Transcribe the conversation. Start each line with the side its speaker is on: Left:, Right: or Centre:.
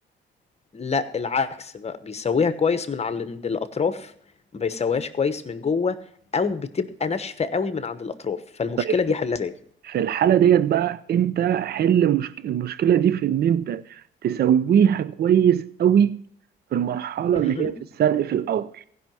Left: لا العكس بقى بيسويها كويس من على عند الاطراف ما بيسويهاش كويس من جوه او بتبقى ناشفه قوي من عند الاطراف فالمشكله
Right: طيب
Left: دي حلها ازاي
Right: في الحالة ديت بقى انت حل مشك... المشكلة دي في ان انت تسويها كويس قوي في المرحلة
Left: امم
Right: اللي هي في السلق في الأول